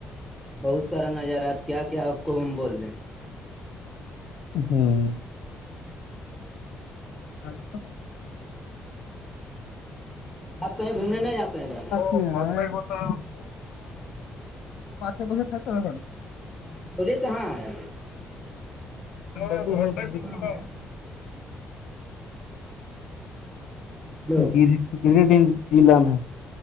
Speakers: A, in the centre; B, on the left.
A: بہت سارا نظار کیا کیا آپ کو ہم بول دیں
B: ہوں ہلو
A: آپ کہیں گھومنے نہ جاتے ہیں کیا
B: م بتا بسے بسے تھتا
A: کنڈولی کہاں ہے
B: د
A: کنڈولی کہاں
B: ا
A: ہے جو
B: گ گریڈ ضلع میں